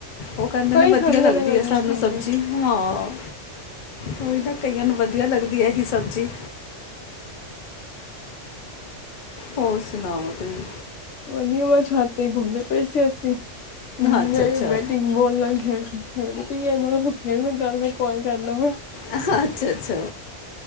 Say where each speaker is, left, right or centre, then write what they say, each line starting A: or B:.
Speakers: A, on the left (about 45°); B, on the left (about 75°).
A: ਉਹ ਕਹਿੰਦੇ
B: ਕੋਈ
A: ਨੇ ਵਧੀਆ
B: ਖਾਂਦੇ
A: ਲੱਗਦੀ
B: ਨੇ ਕੋਈ
A: ਐ
B: ਨਹੀਂ
A: ਸਾਨੂੰ
B: ਖਾਂਦੇ
A: ਸਬਜ਼ੀ। ਹਾਂ, ਕੋਈ ਨਾ ਕਈਆਂ ਨੂੰ ਵਧੀਆ ਲੱਗਦੀ ਐ ਏਹੀ ਸਬਜ਼ੀ। ਹੋਰ ਸੁਣਾਓ ਤੁਸੀਂ?
B: ਵਧੀਆ ਛੋਟੇ ਦਿਨ ਦੇ ਪੇ ਸੀ ਅਸੀਂ।
A: ਅੱਛਾ
B: ਮੈਂ
A: ਅੱਛਾ
B: ਬੈਟਿੰਗ ਬੋਲ ਖੇਲ <unintelligible> ਤੂੰ ਖੇਲ ਮੈਂ ਓਈ ਕਹਿੰਦਾ
A: ਅੱਛਾ ਅੱਛਾ,